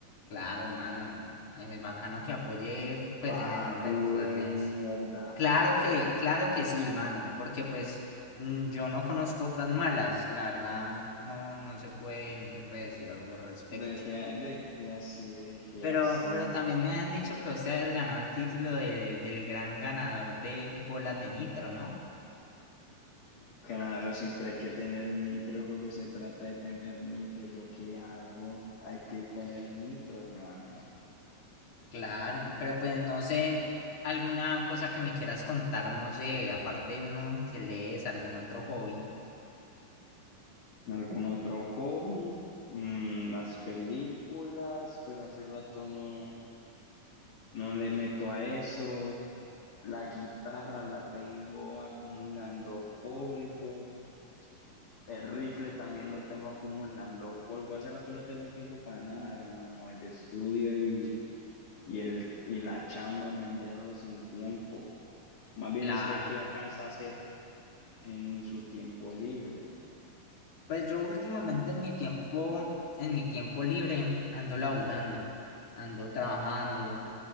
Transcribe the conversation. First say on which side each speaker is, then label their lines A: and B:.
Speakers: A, on the left; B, on the left.
A: Claro, mano, es bacano que apoye, pues,
B: Pajudo
A: en el nombre del clan
B: de
A: es.
B: mierda.
A: Claro
B: ah.
A: que, claro que sí, mano, porque pues mm, yo no conozco otras malas, la verdad, no, no se puede, no se puede decir algo al respecto.
B: Dejé, dejé así, dejé
A: Pero,
B: así.
A: pero también me han dicho que usted has ganado el título de- del gran ganador de bolas de nitro, ¿no?
B: Claro, siempre hay que tener nitro, el juego se trata de tener nitro. ¿Yo qué hago? Hay que tener nitro, hermano.
A: Claro, pero pues no sé, alguna cosa que me quieras contar, no sé, aparte de uno que lees, algún otro hobby.
B: ¿Algún otro hobby? Mm, las películas, pero hace rato no, no le meto a eso. La guitarra la tengo acumulando polvo. El rifle también lo tengo acumulando polvo. Hace rato no he tenido tiempo para nada, hermano. El estudio y, y, el, y la chamba me han dejado sin tiempo. Más bien
A: Claro,
B: usted qué alcanza a hacer en su tiempo libre.
A: pues yo últimamente en mi tiempo, en mi tiempo libre, ando laburando, ando trabajando,